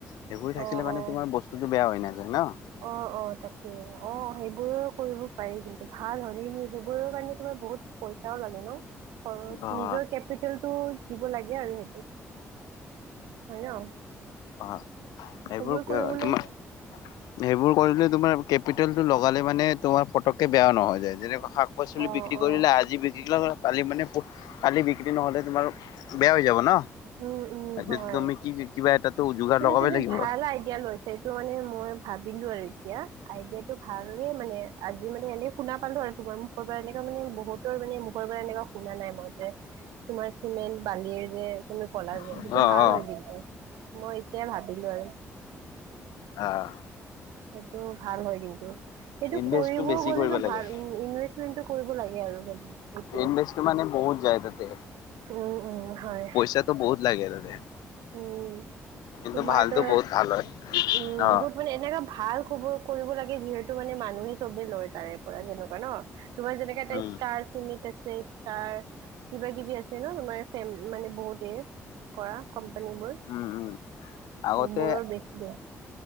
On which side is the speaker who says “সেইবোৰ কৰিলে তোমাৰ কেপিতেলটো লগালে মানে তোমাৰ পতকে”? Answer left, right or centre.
Left